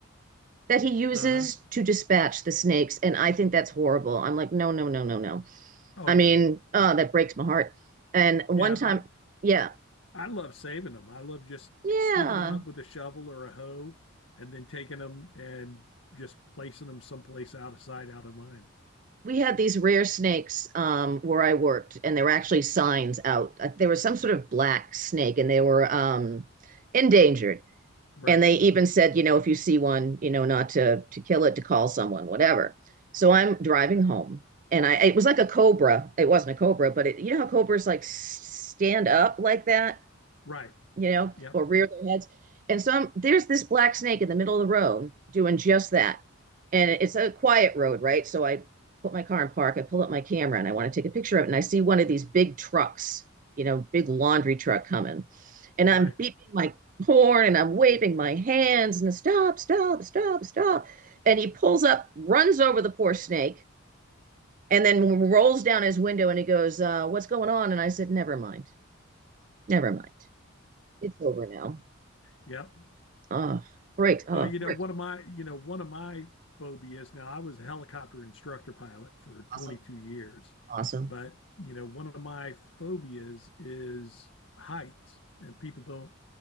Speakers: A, on the right (about 40°); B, on the left (about 65°).
A: that he uses
B: Uh-huh.
A: to dispatch the snakes. And I think that's horrible. I'm like, no, no, no, no, no.
B: Oh
A: I
B: yeah.
A: mean, oh, that breaks my heart. And one
B: You know,
A: time,
B: I
A: yeah,
B: I love saving them. I love just
A: yeah,
B: scooping them up with a shovel or a hoe and then taking them and just placing them someplace out of sight, out of mind.
A: we had these rare snakes um, where I worked, and there were actually signs out. Uh, There was some sort of black snake, and they were um, endangered.
B: Right.
A: And they even said, you know, if you see one, you know, not to to kill it, to call someone, whatever. So I'm driving home, and I it was like a cobra. It wasn't a cobra, but it, you know how cobras like stand up like that,
B: Right.
A: you know,
B: Yep.
A: or rear their heads. And so I'm, there's this black snake in the middle of the road doing just that. And it's a quiet road, right? So I put my car in park. I pull up my camera and I want to take a picture of it. And I see one of these big trucks, you know, big laundry truck coming and
B: Right.
A: I'm beeping my horn and I'm waving my hands and stop, stop, stop, stop. And he pulls up, runs over the poor snake, and then rolls down his window and he goes, uh, What's going on? And I said, Never mind. Never mind. It's over now.
B: Yep.
A: Oh, great. Oh,
B: Oh, you know,
A: great.
B: one of my, you know, one of my phobias now, I was a helicopter instructor pilot for 22
A: Awesome.
B: years,
A: Awesome.
B: but you know, one of my phobias is heights and people don't